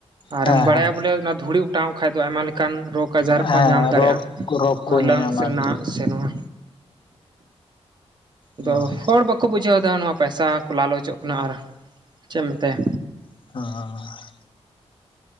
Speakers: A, on the right; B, on the left.
A: ᱟᱨᱮᱢ
B: ᱦᱮᱸ
A: ᱵᱟᱲᱟᱭᱟ
B: ᱦᱮᱸ
A: ᱵᱚᱞᱮ ᱚᱱᱟ ᱫᱷᱩᱲᱤ ᱚᱴᱟᱝᱚᱜ ᱠᱷᱟᱱ ᱫᱚ ᱟᱭᱢᱟ ᱞᱮᱠᱟᱱ ᱨᱳᱜᱽᱼᱼ ᱨᱳᱠᱟ ᱟᱡᱟᱨ
B: ᱦᱮᱸ
A: ᱠᱚᱦᱚᱸ ᱧᱟᱢ ᱫᱟᱲᱮᱭᱟᱜᱼᱟ,
B: ᱨᱳᱜᱽ ᱨᱳᱜᱽ ᱠᱚ
A: ᱱᱚᱣᱟ
B: ᱧᱟᱧᱟᱢᱟ
A: ᱞᱚᱝᱥ
B: ᱟᱨᱠᱤ
A: ᱨᱮᱱᱟᱜ ᱥᱮ ᱱᱚᱣᱟ
B: ᱦᱳᱭ
A: ᱟᱫᱚ ᱦᱚᱲ ᱵᱟᱠᱚ ᱵᱩᱡᱷᱟᱹᱣ ᱫᱟ ᱱᱚᱣᱟ ᱯᱚᱭᱥᱟ ᱠᱚ ᱞᱟᱞᱚᱪᱚᱜ ᱠᱟᱱᱟ ᱟᱨ ᱪᱮᱫ ᱮᱢ ᱢᱮᱛᱟᱭᱟ᱾
B: ᱦᱚᱸ <unintelligible>